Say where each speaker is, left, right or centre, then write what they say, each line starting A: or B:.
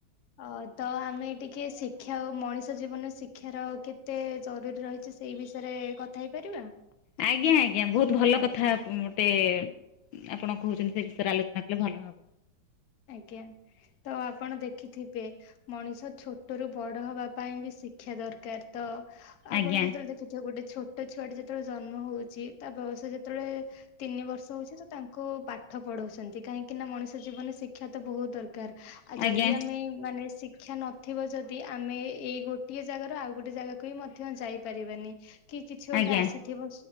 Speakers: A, on the left (about 55°); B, on the left (about 80°).
A: ଅ ତ ଆମେ ଟିକେ ଶିକ୍ଷା ଓ ମଣିଷ ଜୀବନ ଶିକ୍ଷାର କେ ତେ ଜରୁରୀ ରହିଚି ସେଇ ବିଷୟରେ କଥା ହେଇପାରିବା?
B: ଆଜ୍ଞା ଆଜ୍ଞା ବହୁତ ଭଲ
A: ଆଜ୍ଞା
B: କଥା ଗୋଟେ ଆପଣ କହୁଛନ୍ତି ସେ ବିଷୟରେ ଆଲୋଚନା କଲେ ଭଲ ହବ।
A: ଆଜ୍ଞା ତ ଆପଣ ଦେଖିଥିବେ। ମଣିଷ ଛୋଟରୁ ବଡ ହବା ପାଇଁ ବି ଶିକ୍ଷା ଦରକାର ତ ଆପଣ
B: ଆଜ୍ଞା
A: ଯେତବେଳେ ଦେଖିଥିବେ ଗୋଟେ ଛୋଟ ଛୁଆଟି ଯେତବେଳେ ଜନ୍ମ ହଉଚି ତା ବୟସ ଯେତବେଳେ ତିନି ବର୍ଷ ହଉଚି ତ ତାଙ୍କୁ ପାଠ ପଢଉଛନ୍ତି କାହିଁକି ନା ମଣିଷ ଜୀବନ ଶିଖ କ୍ଷା ତ ବହୁତ ଦରକାର ଆଉ
B: ଆଜ୍ଞା
A: ଯଦି ଆମେ ମାନେ ଶିକ୍ଷା ନ ଥିବ ଯଦି ଆମେ ଏଇ ଗୋଟିଏ ଜାଗାରୁ ଆଉ ଗୋଟେ ଜାଗାକୁ ବି ମଧ୍ୟ ଯାଇପାରିବାନି। କି କିଛି ଗୋଟେ
B: ଆଜ୍ଞା
A: ଆସିଥିବ